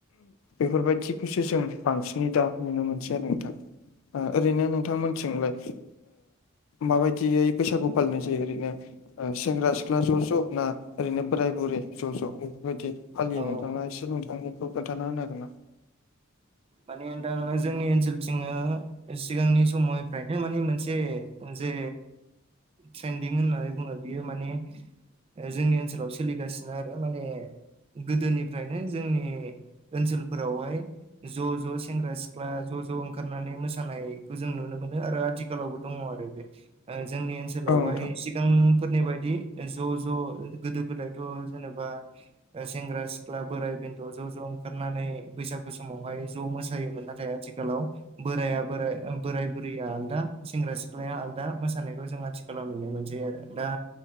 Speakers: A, on the left; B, on the right.
A: बेफोरबायदिखौसो जों बांसिनै दा नुनो मोनसै आरो नोंथां ओरैनो नोंथांमोनथिंलाय माबायदियै बैसागु फालिनाय जायो ओरैनो सेंग्रा सिख्ला ज' ज' ना ओरैनो बोराय बुरै ज' ज' बेफोरबायदि फालियो
B: औ
A: नोंथाङा एसे नोंथांनिखौ खोन्थाना होनो हागोन ना
B: मानि होनदों जोंनि ओनसोलथिं सिगांनि समनिफ्रायनो माने मोनसे जे ट्रेन्दिं होननानै बुङो बियो माने जोंनि ओनसोलाव सोलिगासिनो आरो माने गोदोनिफ्रायनो जोंनि ओनसोलफोरावहाय ज' ज' सेंग्रा सिख्ला ज' ज' ओंखारनानै मोसानायखौ जों नुनो मोनो आरो आथिखालावबो दङ आरो बे जोंनि ओनसोलावहाय
A: औ नोंथां
B: सिगांफोरनि बायदि ज' ज' गोदो गोदायथ' जेनेबा सेंग्रा सिख्ला बोराय बेथ' ज' ज' ओंखारनानै बैसागु समावहाय ज' मोसायोमोन नाथाय आथिखालाव बोराया बोराइ बोराय बुरैया आलदा सेंग्रा सिख्लाया आलदा मोसानायखौ जों आथिखालाव नुनो मोनसै आरो दा